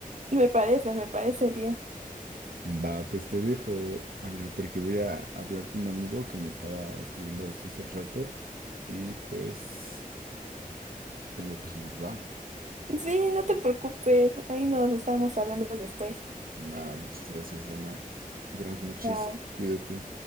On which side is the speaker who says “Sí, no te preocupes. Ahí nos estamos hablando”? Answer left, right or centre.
Right